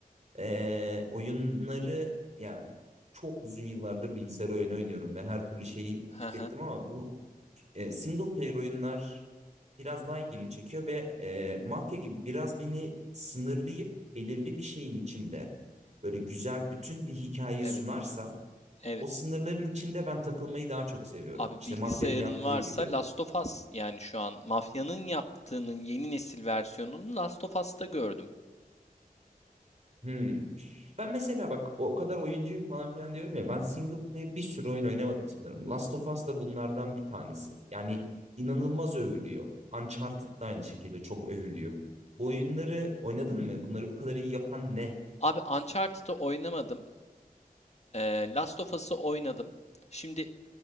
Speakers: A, on the right; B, on the left.
A: eee, oyunları ya çok uzun yıllardır bilgisayar oyunu oynuyorum ve her türlü şeyi
B: Hı
A: tükettim
B: hı.
A: ama bu e, single player oyunlar biraz daha ilgimi çekiyor ve e, mafya gibi biraz beni sınırlayıp belirli bir şeyin içinde böyle güzel bütün bir hikaye
B: Evet.
A: sunarsa
B: Evet.
A: o sınırların içinde ben takılmayı daha çok seviyorum.
B: Abi
A: İşte
B: bilgisayarın
A: mafyanın yaptığı
B: varsa
A: gibi.
B: Last of Us yani şu an Mafya'nın yaptığının yeni nesil versiyonunu Last of Us'ta gördüm.
A: Hmm. Ben mesela bak o kadar oyuncuyum falan filan diyorum ya ben single player bir sürü oyun oynamadım sanırım. Last of Us da bunlardan bir tanesi. Yani inanılmaz övülüyor. Uncharted da aynı şekilde çok övülüyor. Bu oyunları oynadın mı? Bunları bu kadar iyi yapan ne?
B: Abi Uncharted'ı oynamadım. Ee, Last of Us'ı oynadım. Şimdi